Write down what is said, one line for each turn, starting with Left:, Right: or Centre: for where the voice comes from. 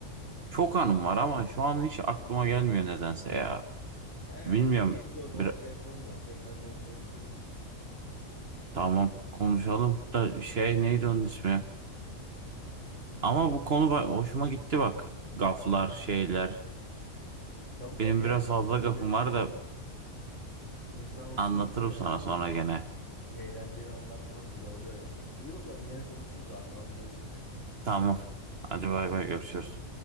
Right: çok anım var ama şu an hiç aklıma gelmiyor nedense ya.
Left: He,
Right: Bilmiyorum.
Left: aklına gelince o zaman
Right: Bir...
Left: şey yapalım ya. Tekrar konuşalım bu durumu.
Right: Tamam konuşalım da şey neydi onun ismi? Ama bu konu ba- hoşuma gitti bak. Gaflar, şeyler.
Left: Tabii tabii
Right: Benim
Left: ya.
Right: biraz
Left: İnsan
Right: fazla gafım
Left: böyle
Right: var da
Left: insan hoşuna
Right: anlatırım
Left: gidiyor yani
Right: sana
Left: böyle.
Right: sonra gene.
Left: Eğlenceli anılar falan güzel oluyor yani. İyi bakalım gene konuşuruz abi. Hadi görüşürüz.
Right: Tamam. Hadi bay bay görüşürüz.